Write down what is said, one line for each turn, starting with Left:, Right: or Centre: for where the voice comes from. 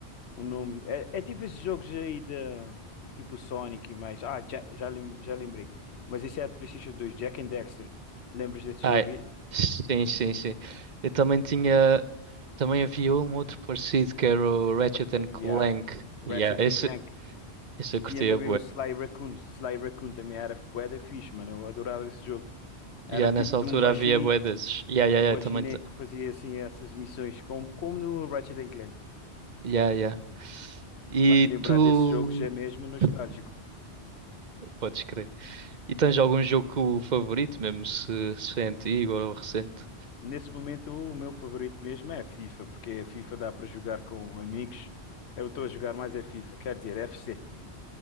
Left: O nome. É, é tipo esses jogos aí de. Tipo Sonic e mais. Ah, já já, lem- já lembrei. Mas esse é de PlayStation dois Jack and Dexter. Lembras desse
Right: Ai,
Left: jogo aí?
Right: sim, sim, sim. Eu também tinha, também havia um outro parecido que era o Ratchet
Left: Ratchet,
Right: and Clank.
Left: yeah. Ratchet
Right: Yeah,
Left: and
Right: esse,
Left: Clank.
Right: esse eu
Left: E
Right: curtia,
Left: tinha também o Sly Raccoon. Sly Raccoon também era bué da fixe, mano. Eu adorava esse jogo. Era
Right: Yeah,
Left: tipo
Right: nessa
Left: de
Right: altura
Left: um guaxinim.
Right: havia bué desses. Yeah, yeah,
Left: Um
Right: yeah,
Left: guaxiné
Right: também. te-
Left: que fazia assim essas missões, como, como no Ratchet and Clank.
Right: Yeah, yeah. E
Left: Mano, lembrar
Right: tu.
Left: desses jogos é mesmo nostálgico.
Right: <laughs> Podes crer. E tens algum jogo favorito, mesmo se, se é antigo ou recente?
Left: Nesse momento, o meu favorito mesmo é a FIFA, porque a FIFA dá para jogar com amigos. Eu estou a jogar mais a FIFA, quer dizer, FC.